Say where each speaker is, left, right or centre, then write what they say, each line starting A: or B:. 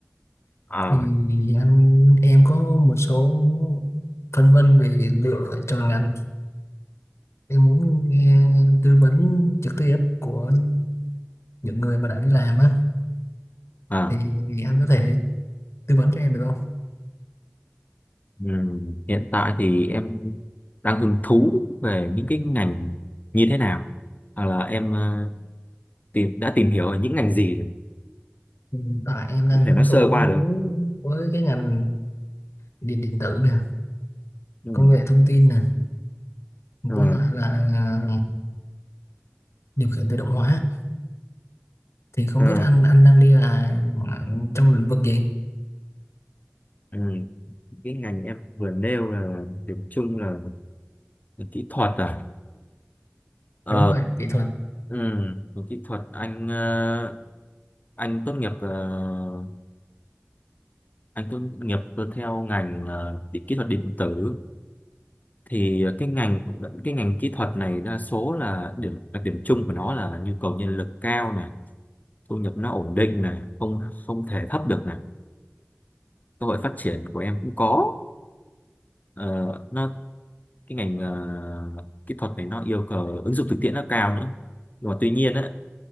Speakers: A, on the left; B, on the left.
A: À,
B: thì anh em có một số phân vân về lựa chọn ngành em muốn nghe tư vấn trực tiếp của những người mà đã đi làm á
A: à.
B: thì anh có thể tư vấn cho em được không?
A: Ừm, hiện tại thì em đang hứng thú về những cái ngành như thế nào hoặc là em ờ, tìm đã tìm hiểu ở những ngành gì rồi
B: Hiện tại em đang
A: em có
B: hứng
A: thể nói sơ
B: thú
A: qua được
B: với cái ngành điện điện tử nè,
A: Ừm,
B: công nghệ thông tin nè, với
A: ờ,
B: lại là điều khiển tự động hóa. Thì không
A: ờ,
B: biết anh anh đang đi là trong lĩnh vực gì?
A: ừm. cái ngành em vừa nêu là điểm chung là về kỹ thuật à ờ
B: Đúng rồi, kỹ thuật.
A: ừm, về kỹ thuật anh ờ, anh tốt nghiệp ờ, anh tốt nghiệp theo ngành ờ, kỹ thuật điện tử thì ờ, cái ngành cái ngành kỹ thuật này đa số là điểm là điểm chung của nó là nhu cầu nhân lực cao này thu nhập nó ổn định này không không thể thấp được này cơ hội phát triển của em cũng có Ờ, nó cái ngành ờ, kỹ thuật này nó yêu cầu ứng dụng thực tiễn nó cao nữa nhưng mà tuy nhiên ấy,